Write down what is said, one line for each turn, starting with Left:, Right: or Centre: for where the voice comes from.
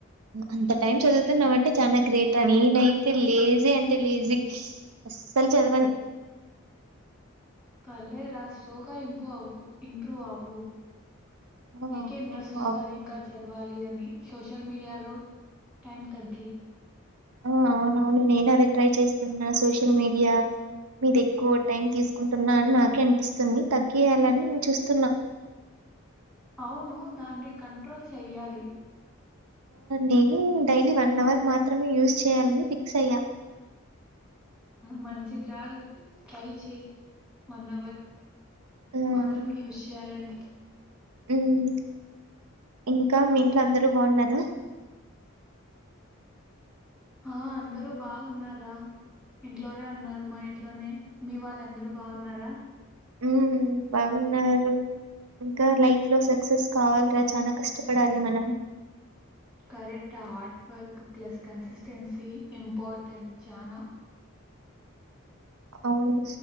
Right: అంత టైం చదువుతున్నావంటే చాన గ్రేట్ ర నేనైతే లేజీ అంటే లేజీ అస్సలు చదవను.
Centre: పర్లేదు రా స్లోగా ఇంపూవ్ అవ్వు ఇంప్రూవ్ అవ్వు
Right: ఆ!
Centre: నీకే ఇంట్రెస్ట్
Right: అవునవును.
Centre: వస్తాది ఇంకా చదవాల అని సోషల్ మీడియాలో టైం తగ్గి
Right: ఆ అవునవును నేను అదే ట్రై చేస్తున్నా సోషల్ మీడియా మీద ఎక్కువ టైం తీసుకుంటున్నా అని నాకే అనిపిస్తుంది తగ్గియాలని నేను చూస్తున్నా
Centre: అవును దాన్ని కంట్రోల్ చెయ్యాలి
Right: నేను డైలీ వన్ అవర్ మాత్రమే యూస్ చేయాలని ఫిక్స్ అయ్యా
Centre: మంచి ద రావ ట్రై చెయ్ వన్ అవర్
Right: ఆహ్,
Centre: మాత్రంమే యూస్ చేయాలండి
Right: హ్మ్. ఇంకా మీ ఇంట్లో అందరు బాగున్నారా
Centre: ఆ అందరు బాగున్నార్ రా ఇంట్లోనే ఉన్నారు మా ఇంట్లోనే మీ వాళ్ళు అందరు బాగున్నారా
Right: ఉ బాగున్నారు ఇంకా లైఫ్ లో సెట్ సక్సెస్ కావాలరా చాలా కష్టపడాలి మనం
Centre: correct hard work plus consistency important చాలా
Right: అవును